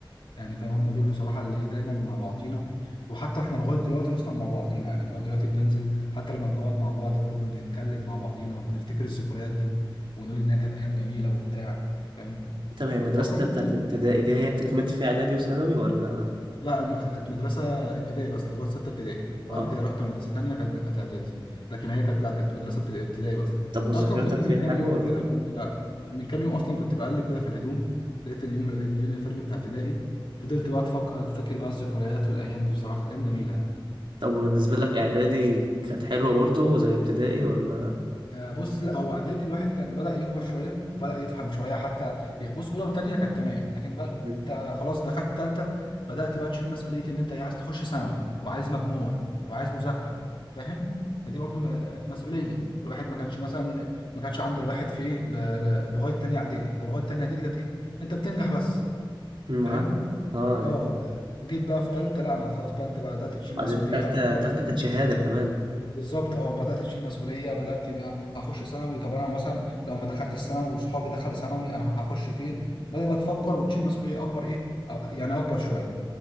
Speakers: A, on the left (about 70°); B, on the right (about 65°).
A: يعني فاهم هم دول بصراحة اللي ايه دايما مع بعضينا وحتى احنا لغاية دلوقتي اصلا مع بعضينا يعني لغاية دلوقتي بننزل حتى لما بنقعد مع بعض برضه بنتكلم مع بعضينا وبنفتكر الذكريات دي ونقول انها كانت ايام جميلة وبتاع فاهم
B: طب هي مدرستك
A: اصلا كنت
B: بتاعت ابتدائي دي هي كملت فيها اعدادي وثانوي ولا
A: لا الم- كانت مدرسة ابتدائي بس لغاية ستة ابتدائي وبعد
B: اه
A: كده رحت مدرسة تانية كانت كانت إعدادي لكن هي كانت لا كانت مدرسة ابت- ابتدائي بس
B: طب وذاكرتك
A: أصلا كنت من
B: فيها
A: كام
B: حلوه
A: يوم
B: ولا
A: كده كنت بقى من كام يوم أصلا كنت بقلب كده في الهدوم لقيت اليوني- اليونيفورم بتاع ابتدائي فضلت بقى أتفك- أفتكر بقى الذكريات والأيام دي بصراحة كانت أيام جميلة يعني
B: طب بالنسبه لك اعدادي كانت حلوه برضو زي ابتدائي ولا
A: آه، بص لا هو اعدادي الواحد كان بدأ يكبر شويه وبدأ يفهم شويه حتى بص اولى وثانيه كانت تمام لكن بقى
B: مم.
A: انت خلاص دخلت ثالثه بدأت بقى تشيل مسؤوليه ان انت إيه، عايز تخش ثانوي وعايز مجموع وعايز مذاكره فاهم فدي برضو م- آه، مسؤوليه الواحد ما كانش مثلا ما كانش عند الواحد في ايه ل- ل- لغايه ثانيه اعدادي انت لغايه ثانيه اعدادي كانت ايه انت بتنجح بس
B: معاك
A: فاهم
B: اه يعني
A: اه جيت بقى في ثالثه لا انا خلاص بقى انت بدأت تشيل
B: بعدين
A: مسؤوليه
B: تالتة
A: اكتر
B: تالتة كانت شهاده كمان
A: بالظبط اه بدات تشيل مسؤوليه بدات تبقى اخش ثانوي طب انا مثلا لو ما دخلت الثانوي وصحابي دخلوا ثانوي انا هخش فين بدات بقى تفكر وتشيل مسؤوليه اكبر ايه أ- يعني اكبر شويه